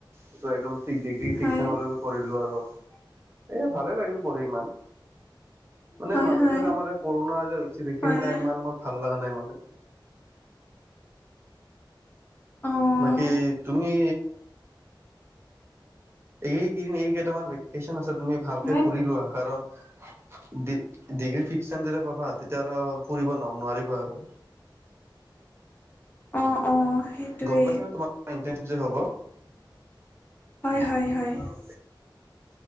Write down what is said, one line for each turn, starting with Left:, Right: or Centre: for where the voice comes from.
Right: এইটো একদম ডিগ্ৰী ছিক্স
Left: হয়
Right: চেম লৈকে কৰি লো আৰু এ ভালে লাগিল পঢ়ি ইমান মানে
Left: হয়
Right: মাজতে
Left: হয়
Right: যে আমাৰ কৰোণা যে হৈছিল সেইখিনি
Left: হয়
Right: টাইম ইমান মই ভাল লগা নাই মানে
Left: অঁ
Right: বাকী তুমি এইকেইদিন এই কেইটামান ভেকেশ্বন আছে তুমি ভালকে
Left: মই
Right: ফুৰি লোৱা কাৰণ ডি ডিগ্ৰী ফিফ চেম যেতিয়া পাবা তেতিয়া আৰু ফুৰিব ন নোৱাৰিবা আৰু
Left: অ অ সেইটোৱে
Right: গম পাইছা নে তোমাৰ ইন্টাৰ্ণশ্বিপ যে হ'ব
Left: হয় হয় হয়
Right: অ